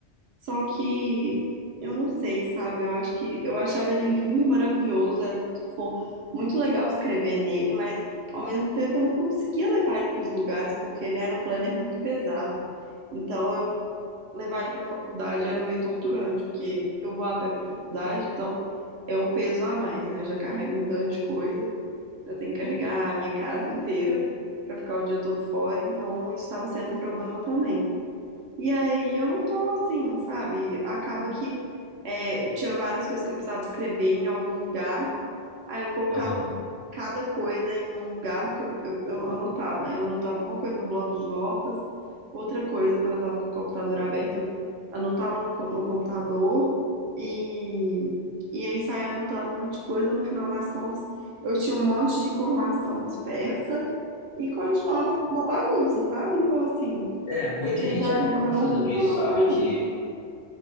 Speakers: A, on the right; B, on the left.
A: Só que eu não sei, sabe? Eu acho que eu achava ele lindo, maravilhoso, era muito fofo, muito legal escrever nele, mas ao mesmo tempo eu não conseguia levar ele para os lugares porque ele era um planner muito pesado. Então, eu levar ele para a faculdade era meio torturante, porque eu vou a pé para a faculdade, então é um peso a mais, né? Já carrego um tanto de coisa, já tenho que carregar a minha casa inteira para ficar o dia todo fora, então isso estava sendo um problema também. E aí eu não tô assim, sabe? Acaba que é, tinha várias coisas que eu precisava escrever em algum lugar, aí eu colocava
B: Aham.
A: cada coisa em um lugar, porque eu, eu, eu anotava, né? Eu anotava uma coisa no bloco de notas, outra coisa quando eu estava com o computador aberto, eu anotava no, co- no computador e, e aí saía anotando um monte de coisa. No final das contas, eu tinha um monte de informação dispersa e continuava uma bagunça, sabe? Então, assim,
B: É, muita
A: esse trem
B: gente
A: da
B: acaba
A: agenda não
B: fazendo
A: funcionou
B: isso, sabe?
A: para
B: De...
A: mim.